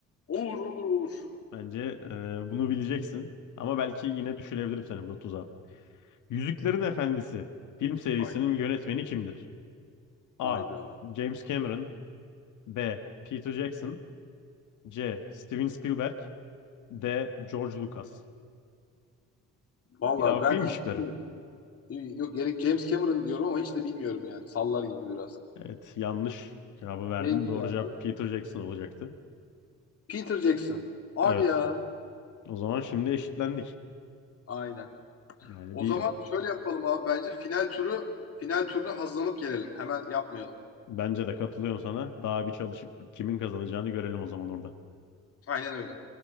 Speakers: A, on the left (about 50°); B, on the left (about 80°).
A: Olur olur olur.
B: Bence e, bunu bileceksin ama belki yine düşürebilirim seni burada tuzağa. Yüzüklerin Efendisi film serisinin
A: Hayda.
B: yönetmeni kimdir? A.
A: Hayda.
B: James Cameron B. Peter Jackson C. Steven Spielberg D. George Lucas
A: Valla
B: Bir daha okuyayım
A: ben hiç
B: mı şıkları?
A: bilmiyorum. Yok gerek James Cameron diyorum ama hiç de bilmiyorum yani. Sallar gibi biraz.
B: Evet yanlış cevabı verdin.
A: Neymiş
B: Doğru
A: ya
B: cevap
A: bu?
B: Peter Jackson olacaktı.
A: Peter Jackson. Hadi
B: Evet.
A: ya.
B: O zaman şimdi eşitlendik.
A: Aynen.
B: Yani
A: O
B: bir
A: zaman şöyle yapalım abi. Bence final turu final turuna hazırlanıp gelelim. Hemen yapmayalım.
B: bence de katılıyorum sana. Daha bir çalışıp kimin kazanacağını görelim o zaman orada.
A: Aynen öyle.